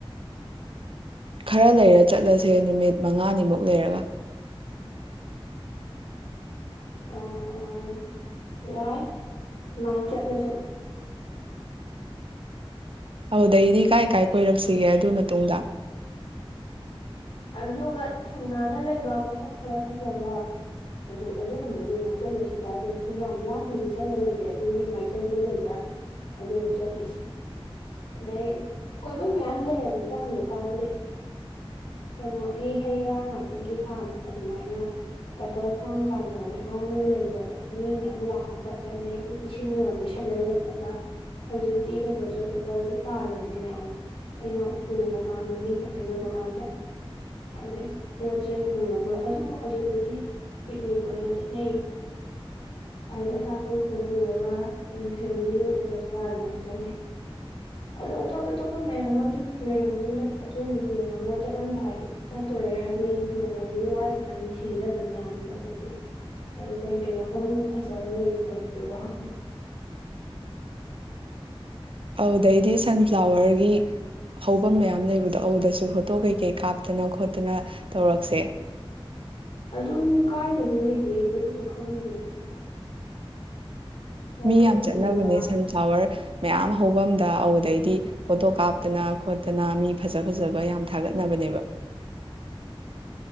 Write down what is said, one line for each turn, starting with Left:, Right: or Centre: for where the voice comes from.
Right: ꯈꯔ ꯂꯩꯔ ꯆꯠꯂꯁꯦ ꯅꯨꯃꯤꯠ ꯃꯉꯥꯅꯤꯃꯨꯛ ꯂꯩꯔꯒ
Left: ꯑꯣ ꯌꯥꯏ ꯂꯥꯏꯟ ꯆꯠꯂꯁꯨ
Right: ꯑꯗꯨꯗꯩꯗꯤ ꯀꯥꯏ ꯀꯥꯏ ꯀꯣꯏꯔꯛꯁꯤꯒꯦ ꯑꯗꯨꯏ ꯃꯇꯨꯡꯗ
Left: ꯑꯗꯨꯒ ꯊꯪꯅꯅ ꯂꯩꯕ ꯃꯐꯝ ꯈꯔ ꯐꯖꯕ ꯑꯗꯨ ꯑꯗꯨꯒꯨꯝꯕꯗ ꯑꯣꯏꯅ ꯆꯠꯂꯨ ꯁꯤꯗ ꯑꯗꯨꯝ ꯌꯥꯝ ꯂꯥꯞꯅꯗꯤ ꯆꯠꯂꯔꯣꯏꯁꯦ ꯑꯗꯨꯒꯤ ꯃꯥꯏꯀꯩꯗ ꯂꯩꯕ ꯑꯗꯨꯅꯤ ꯆꯠꯂꯨꯁꯦ ꯑꯗꯩ ꯀꯣꯏꯕꯝ ꯃꯌꯥꯝ ꯂꯩꯔꯝꯅꯤꯗ ꯍꯧꯖꯤꯛꯀꯥꯟꯗꯤ ꯀꯩꯅꯣꯒꯤ ꯍꯩꯔꯥ ꯉꯥꯛꯇꯒꯤ ꯐꯥꯔꯝ ꯑꯗꯨꯃꯥꯏꯅ ꯑꯦꯄꯜ ꯐꯥꯔꯝ ꯀꯥꯏꯅ ꯃꯌꯥꯝ ꯑꯃ ꯂꯩꯔꯕꯅꯤ ꯃꯤ ꯃꯌꯥꯝ ꯂꯥꯛꯑꯒ ꯆꯠꯅꯩ ꯏꯁꯤꯡꯅꯒ ꯀꯣꯏꯁꯂ ꯂꯩꯔꯒ ꯍꯧꯖꯤꯛꯇꯤ ꯀꯩꯅꯣꯁꯨ ꯑꯦꯄꯜꯁꯨ ꯄꯥꯜꯂꯕꯅꯦ ꯃꯌꯥꯝ ꯑꯩꯅ ꯎꯕ ꯀꯥꯟꯗ ꯃꯤꯅ ꯍꯥꯏꯅꯕ ꯀꯥꯟꯗ ꯑꯗꯩ ꯄꯣꯠ ꯆꯩ ꯄꯨꯔꯒ ꯑꯗꯨꯕꯨ ꯑꯗꯨꯗꯗꯤ ꯄꯤꯛꯅꯤꯛ ꯑꯣꯏꯅ ꯆꯠꯅꯩ ꯍꯥꯏꯗꯤ ꯑꯆꯥꯄꯣ ꯏꯈꯣꯡ ꯄꯨꯔꯒ ꯑꯗꯨ ꯐꯦꯃꯤꯂꯤ ꯑꯣꯏꯅ ꯆꯠꯄ ꯑꯗꯨꯃꯥꯏꯅ ꯆꯠꯅꯩ ꯑꯗꯣ ꯑꯇꯣꯞ ꯑꯇꯣꯞꯄ ꯃꯌꯥꯝ ꯑꯃꯁꯨ ꯂꯩꯔꯝꯅꯤꯔ ꯑꯗꯨ ꯌꯦꯡꯉꯒ ꯆꯠꯂ ꯆꯠꯔꯂꯝꯗꯥꯏ ꯆꯠꯇꯣꯔꯦ ꯍꯥꯏꯕꯒꯤ ꯅꯣꯡꯃꯅꯤꯅꯤ ꯋꯥꯠꯂꯤꯀꯥꯟꯗ ꯊꯤꯔ ꯑꯗꯨꯝ ꯌꯥꯅꯤꯗ ꯑꯗꯨꯗꯤ ꯍꯥꯏꯗꯤ ꯀꯩ ꯀꯔꯤ ꯃꯐꯝ ꯐꯖꯕ ꯂꯩ ꯈꯣꯠꯀꯦꯗꯣ ꯍꯥꯟꯅ
Right: ꯑꯗꯨꯗꯩꯗꯤ ꯁꯟꯐ꯭ꯂꯥꯋꯔꯒꯤ ꯍꯧꯕꯝ ꯃꯌꯥꯝ ꯂꯩꯕꯗꯣ ꯑꯗꯨꯗꯁꯨ ꯐꯣꯇꯣ ꯀꯩꯀꯩ ꯀꯥꯞꯇꯅ ꯈꯣꯠꯇꯅ ꯇꯧꯔꯛꯁꯦ
Left: ꯑꯗꯨ ꯀꯥꯏꯗꯅꯣ ꯂꯩꯒꯦꯗꯤ ꯑꯗꯨꯗꯣ ꯈꯪꯗꯦ ꯃꯐꯝ
Right: ꯃꯤ ꯌꯥꯝ ꯆꯠꯅꯕꯅꯦ
Left: ꯖꯒꯥ
Right: ꯁꯟꯐ꯭ꯂꯥꯋꯔ ꯃꯌꯥꯝ ꯍꯧꯕꯝꯗ ꯑꯗꯨꯗꯩꯗꯤ ꯐꯣꯇꯣ ꯀꯥꯞꯇꯅ ꯈꯣꯠꯇꯅ ꯃꯤ ꯐꯖ ꯐꯖꯕ ꯌꯥꯝ ꯊꯥꯒꯠꯅꯕꯅꯦꯕ